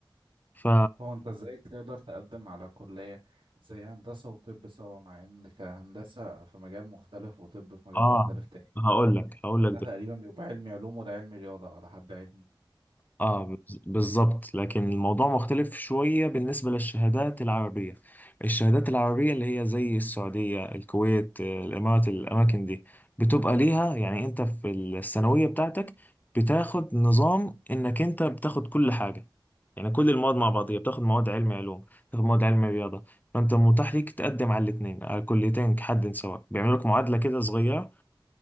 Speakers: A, on the left; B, on the right.
A: ف
B: هو أنت إزاي تقدر تقدم على كلية زي هندسة وطب سوا مع إن كهندسة في مجال مختلف وطب في مجال
A: اه
B: مختلف تاني
A: هقول لك هقول
B: ده
A: لك
B: تقريبا بيبقى علمي علوم وده علمي رياضة على حد علمي
A: اه
B: صح؟
A: بز- بالظبط لكن الموضوع مختلف شوية بالنسبة للشهادات العربية الشهادات العربية اللي هي زي السعودية الكويت آه، الإمارات الأماكن دي بتبقى ليها يعني أنت في الثانوية بتاعتك بتاخد نظام إنك أنت بتاخد كل حاجة يعني كل المواد مع بعضيها بتاخد مواد علم علوم بتاخد مواد علم رياضة فأنت متاح ليك تقدم على الاتنين على الكليتين كحد سواء بيعملوا لك معادلة كده صغيرة